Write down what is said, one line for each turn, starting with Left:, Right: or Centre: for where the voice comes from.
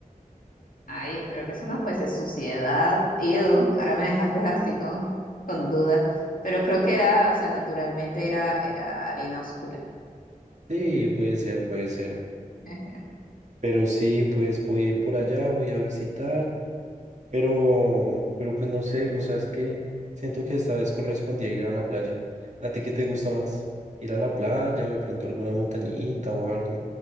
Left: Ay, espero que eso no fuese suciedad. Ew, ahora me dejaste así con, con dudas. Pero creo que era, o sea, naturalmente era, era arena oscura.
Right: Sí, puede ser, puede ser.
Left: <laughs>
Right: Pero sí, pues voy a ir por allá, voy a visitar, pero, pero pues no sé, o sea, es que siento que esta vez correspondía ir a la playa. ¿A ti qué te gusta más? ¿Ir a la playa o de pronto alguna montañita o algo?